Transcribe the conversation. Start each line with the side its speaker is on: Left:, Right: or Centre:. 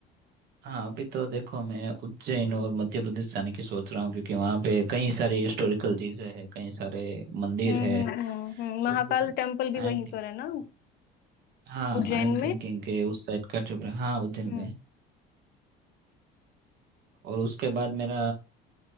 Right: हाँ अभी तो देखो मैं उज्जैन और मध्य प्रदेश जाने की सोच रहा हूँ क्योंकि वहाँ पे कई सारी हिस्टोरिकल चीजें हैं कई सारे मंदिर
Left: हम्म
Right: है
Left: हम्म हम्म हम्म,
Right: सो
Left: महाकाल टेम्पल भी
Right: आई एम
Left: वहीं
Right: थिंकिंग
Left: पर है ना
Right: हाँ
Left: उज्जैन
Right: आई एम
Left: में
Right: थिंकिंग के उस साइड का ट्रिप हाँ उज्जैन
Left: हम्म
Right: गए और उसके बाद मेरा